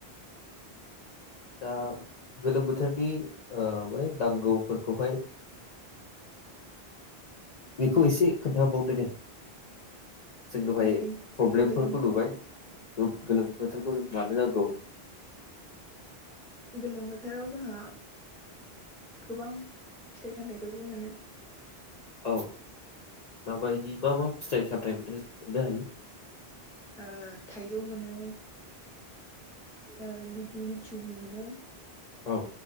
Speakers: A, on the left; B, in the centre.
A: दा गोलोम बोथोरनि माने नांगौफोरखौहाय बेखौ एसे खोन्थाबावदो दे। जों दहाय
B: ओरैनो
A: प्रब्लेमफोरखौहाय
B: गोलोम
A: नुबाय। ओम गोलोम बोथोरखौ जों मानो नांगौ।
B: गोलोम बोथोराव जोंहा गोबां फिथाइ सामथाइफोरबो मोनो।
A: औ माबायदि मा मा फिथाइ सामथाय मोनो मोननो हायो।
B: ओ थाइजौ मोनो। ओ लि लिसुबोमोनो
A: औ